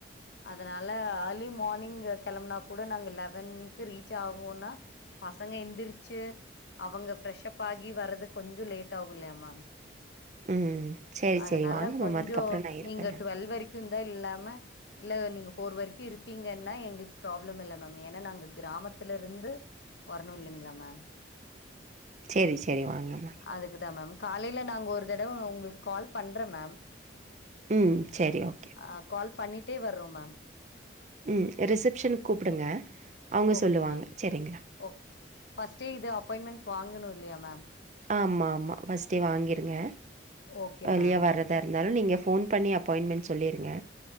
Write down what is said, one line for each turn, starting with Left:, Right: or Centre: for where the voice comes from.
Left: அதனால அர்லி மார்னிங் கெளம்பனா கூட நாங்க லெவன்க்கு ரீச் ஆவோனா பசங்க எந்திரிச்சு அவுங்க ஃப்ரெஷ் அப் ஆகி வர்றது கொஞ்சோ லேட் ஆகு இல்லயா மேம்
Right: ம் சரி
Left: அதனால
Right: சரி வாங்க
Left: கொஞ்சோ
Right: மேம் அதுக்கப்புறம் நான் இருப்பேன்
Left: நீங்க
Right: நான்
Left: டுவெல்வ் வரைக்குந்தா இல்லாம இல்ல நீங்க ஃபோர் வரைக்கு இருப்பீங்கன்னா எங்களுக்கு ப்ராப்ளம் இல்ல மேம் ஏனா நாங்க கிராமத்துலயிருந்து வரணு இல்லைங்ளா மேம்
Right: சேரி சேரி வாங்கமா
Left: அதுக்குதா மேம் காலைல நாங்க ஒரு தடவ உங்களுக்கு கால் பண்றம் மேம்
Right: ம் செரி ஓகே
Left: ஆ கால் பண்ணிட்டே வர்றோ மேம்
Right: ம் ரிசப்ஷனுக்கு கூப்டுங்க அவுங்க
Left: ஓகே
Right: சொல்லுவாங்க
Left: மேம்
Right: சரிங்ளா
Left: ஓ ஃபர்ஸ்ட்டே இது அப்பாயின்மெண்ட் வாங்கணு இல்லயா மேம்
Right: ஆமாமா ஃபர்ஸ்ட்டே வாங்கிருங்க
Left: ஓகே
Right: ஏர்லியா
Left: மேம்,
Right: வர தா இருந்தாலு நீங்க ஃபோன் பண்ணி அப்பாயின்மெண்ட் சொல்லிருங்க